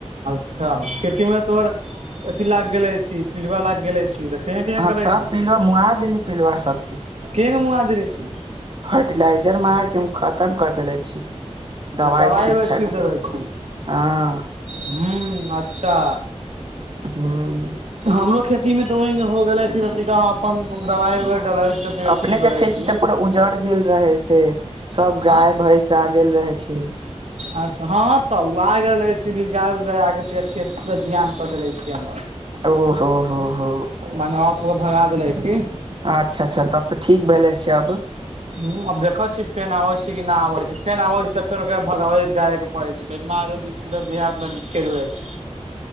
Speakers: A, on the right (about 70°); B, on the right (about 45°).
A: अच्छा खेती में तोहर अथी लागि गेले छी पिलूवा लागि गेले छी केहें केहें
B: हँ
A: करै
B: सब
A: छी
B: पिलुआ मुहा देनी पिलुआ सबके
A: कग मुआ देवे छै
B: फर्टि लाइजर मार के हम खतम कर देले छी
A: अच्छा
B: दवाई
A: दबाइ उ
B: छाट
A: छीट देबै
B: के
A: छी
B: हँ
A: ह अच्छा
B: ह
A: हमरो खेती मे तऽ वहि हो भेले छी तऽ अपन दवाइ उवाई डले छी
B: अपने
A: ठीक भेले
B: के खेती
A: छी
B: तऽ पूरा उजड़ गेल रहे छै सब गाय
A: हँ
B: भैंस आ गेल रहे छै क
A: अच्छा हाँ तऽ आग रहले नीलगा उला खेत परा जियान कर देले छिय हमर
B: ओ हो हो हो
A: मने अब पूरा भगा देले
B: अच्छा
A: छी
B: अच्छा तब तऽ ठीक भेले छै अब
A: ह आब देखै छीियै फेन आबै छी कि नहि आबै छै फेन आबै छै तऽ फेर भगै जाय के पड़े छै मार दै छी तऽ देहाती छेड़ जाइ छै